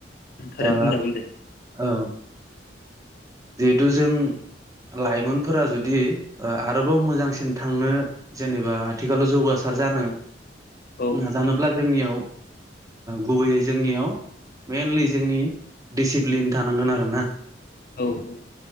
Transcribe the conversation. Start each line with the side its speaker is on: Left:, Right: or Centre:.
Left: थारैनो
Right: दा
Left: बुंजागोन दे
Right: औ जिहेथु जों लाइमोनफोरा जुदि आरोबाव मोजांसिन थांनो जेनेबा आथिखालाव जौगासार जानो
Left: औ
Right: नाजानोब्ला जोंनियाव गुबैयै जोंनियाव मइेनलि जोंनि डिसिप्लिन थानांगोन आरोना
Left: औ औ